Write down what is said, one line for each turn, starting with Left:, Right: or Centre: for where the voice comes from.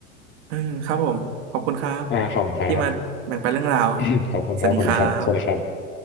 Right: เออครับผมขอบคุณครับ
Left: อ่าขอบคุณครับ
Right: ที่มาแบ่งปันเรื่องราว
Left: <laughs> ขอบคุณครับขอบคุณครับสวัสดีครับ
Right: สวัสดีครับ